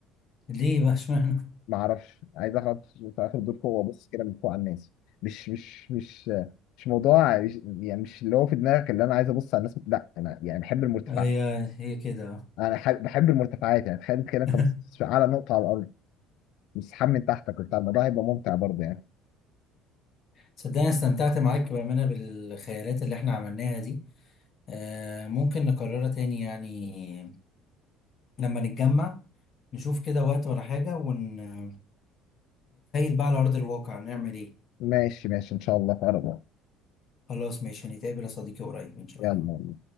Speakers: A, on the left (about 50°); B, on the left (about 70°).
A: ليه بقى <laughs> اشمعنى
B: ما اعرفش عايز اقعد في اخر دور فوق وابص كده من فوق على الناس مش مش مش مش موضوع مش- يعني مش اللي هو في دماغك اللي انا عايز ابص على الناس لا انا يعني بحب المرتفعات
A: هي هي كده اه
B: انا ح- بحب المرتفعات يعني تخيل كده انت
A: <laughs>
B: بص على نقطه على الارض مسحاب من تحتك وبتاع الموضوع هيبقى ممتع برضه يعني
A: صدقني استمتعت معاك بأمانة بالخيالات اللي احنا عملناها دي آه، ممكن نكررها تاني يعني لما نتجمع نشوف كده وقت ولا حاجة ونتخيل بقى على أرض الواقع نعمل إيه
B: ماشي ماشي ان شاء الله في اقرب وقت
A: خلاص ماشي هنتقابل يا صديقي قريب إن شاء
B: يلا
A: الله